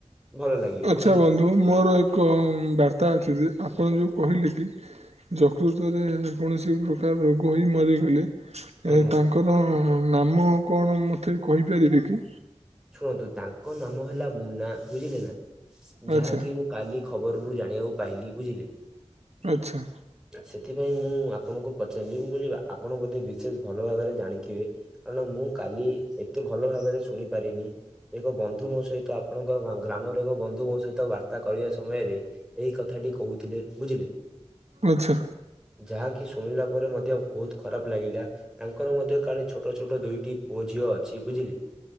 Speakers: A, in the centre; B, on the right.
A: ଭଲ ଲାଗିବ
B: ଆଛା
A: ବୁଝିଲେ।
B: ବନ୍ଧୁ ମୋର ଏକ ବାର୍ତା ଅଛି ଯେ ଆପଣ ଯୋଉ କହିଲେ କି ଯକୃତରେ କୌଣସି ପ୍ରକାର ରୋଗ ହୋଇ ମରିଗଲେ।
A: ଆଜ୍ଞା
B: ଏ ତାଙ୍କର ନାମ କଣ ମତେ କହିପାରିବେ କି?
A: ଶୁଣନ୍ତୁ ତାଙ୍କ ନାମ ହେଲା ମୁନା ବୁଝିଲେ ନା।
B: ଆଚ୍ଛା
A: ଯାହାକି ମୁଁ କାଲି ଖବର ରୁ ଜାଣିବାକୁ ପାଇଲି ବୁଝିଲେ
B: ଆଛା।
A: ସେଥିପାଇଁ ମୁଁ ଆପଣଙ୍କୁ ପଚାରଲି ମୁଁ କହିଲି ଆପଣ ବୋଧେ ବିଶେଷ ଭଲ ଭାବରେ ଜାଣିଥିବେ କାରଣ ମୁଁ କାଲି ଦେ ଏତେ ଭଲ ଭାବରେ ଶୁଣି ପାରିନି ଏକ ବନ୍ଧୁ ମୋ ସହିତ ଆପଣଙ୍କ ଗା ଗ୍ରାମ ଟକ ବନ୍ଧୁଙ୍କ ସହିତ ବାର୍ତ୍ତା କରିବା ସମୟରେ ଏଇ କଥାଟି କହୁଥିଲେ ବୁଝିଲେ।
B: ଆଚ୍ଛା
A: ଯାହା କିିସୁ ଶୁଣିଲା ପରେ ମଧ୍ୟ ବହୁତ ଖରାପ ଲାଗିଲା ତାଙ୍କର ମଧ୍ୟ କାଳେ ଛୋଟ ଛୋଟ ଦୁଇଟି ପୁଅ ଝିଅ ଅଛି ବୁଝି ବୁଝିଲେ